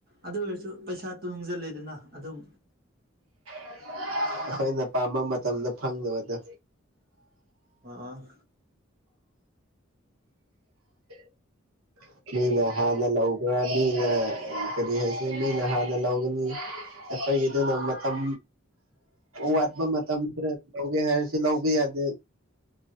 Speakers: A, on the right; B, on the right.
A: ꯑꯗꯨ ꯑꯣꯏꯔꯁꯨ ꯄꯩꯁꯥ ꯇꯨꯡꯁꯤꯂꯦꯗꯅ ꯑꯗꯨꯝ
B: ꯑꯩꯈꯣꯏꯅ ꯄꯥꯝꯕ ꯃꯇꯝꯗ ꯐꯪꯗꯕꯗꯣ
A: ꯑ‌ꯣ ꯑꯣ
B: <inaudible> ꯃꯤꯅ ꯍꯥꯟꯅ ꯂꯧꯕ꯭ꯔꯥ ꯃꯤꯅ ꯀꯔꯤ ꯍꯥꯏꯁꯦ ꯃꯤꯅ ꯍꯥꯟꯅ ꯂꯧꯒꯅꯤ ꯑꯩꯈꯣꯏꯒꯤ ꯑꯗꯨꯅ ꯃꯇꯝ ꯋꯥꯠꯄ ꯃꯇꯝ ꯈꯔ ꯂꯧꯒꯦ ꯍꯥꯏꯔꯁꯨ ꯂꯧꯕ ꯌꯥꯗꯦ